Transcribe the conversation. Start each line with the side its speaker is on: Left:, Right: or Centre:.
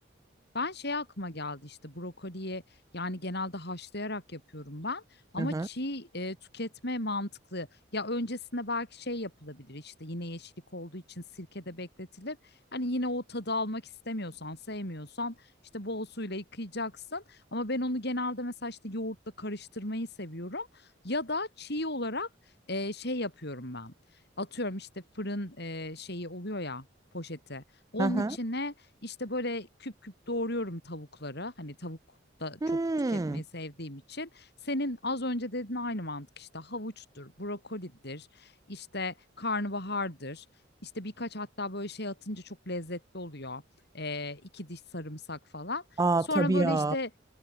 Left: Ben şey aklıma geldi işte brokoliye yani genelde haşlayarak yapıyorum ben ama
Right: Aha.
Left: çiğ e, tüketme mantıklı. Ya öncesinde belki şey yapılabilir işte yine yeşillik olduğu için sirkede bekletilip hani yine o tadı almak istemiyorsan sevmiyorsan işte bol suyla yıkayacaksın. Ama ben onu genelde mesela işte yoğurtla karıştırmayı seviyorum ya da çiğ olarak e, şey yapıyorum ben atıyorum işte fırın e, şeyi oluyor ya poşeti onun
Right: Aha.
Left: içine işte böyle küp küp doğruyorum tavukları. Hani tavuk da
Right: Hmm.
Left: çok tüketmeyi sevdiğim için. Senin az önce dediğin aynı mantık işte havuçtur, brokolidir, işte karnabahardır. İşte birkaç hatta böyle şey atınca çok lezzetli oluyor. Ee, iki diş sarımsak falan.
Right: Aa
Left: Sonra
Right: tabii
Left: böyle
Right: ya.
Left: işte